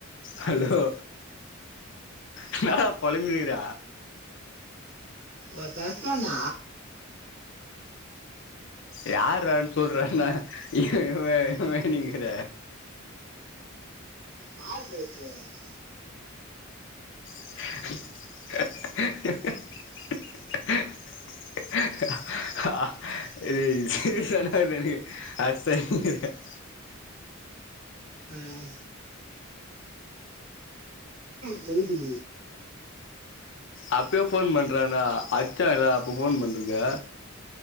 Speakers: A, on the left; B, on the right.
A: ஹலோ என்னாடா பொழம்பிகிற
B: ஒத்தாசனா
A: யார்ரா சொல்றனா இவ இவ நீங்கற
B: <unintelligible>
A: <unintelligible> <inaudible> <unintelligible>
B: ம் டுவல் டீ
A: அப்பயே போன் பண்றான் டா அச்சா இ அப்போ போன் பண்றது